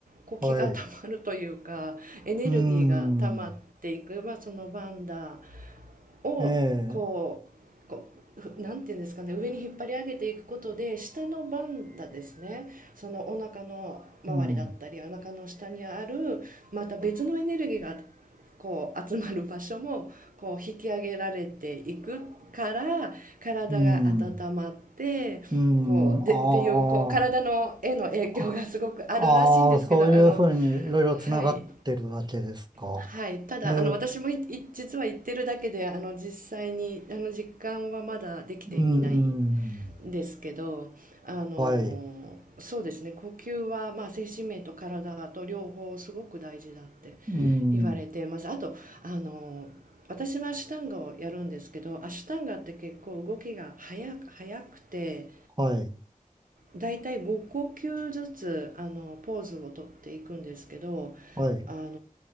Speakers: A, on the right (about 85°); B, on the right (about 30°).
A: こう気がたまるというかエネルギーがたまっていく、
B: はい、うん、
A: まあ、そのバンダーをこうこうなんていうんですかね上に引っ張り上げていくことで下のバンダーですねそのお腹の周りだったりお腹の下にあるまた別のエネルギーが
B: ええ、うん、
A: こう集まる場所もこう引き上げられていくから体が温まってこうでっていうこう体のへの影響がすごくあるらしいんですけどあの
B: うん、うん、ああ、ああ、そういうふうにいろいろつながってるわけですか。
A: はい。はい。ただ、
B: ええ、
A: あの、私もい、い実は行ってるだけで、あの、実際に、あの、実感はまだできていない
B: うん。
A: んですけど、あの、
B: はい。
A: そうですね、呼吸は、まあ、精神面と体と両方すごく大事だって
B: うん。
A: 言われています。あと、あの、私はアシュタンガをやるんですけど、アシュタンガって結構動きが速く、速くて、
B: はい。
A: だいたい5呼吸ずつあのポーズをとっていくんですけど
B: はい。
A: あの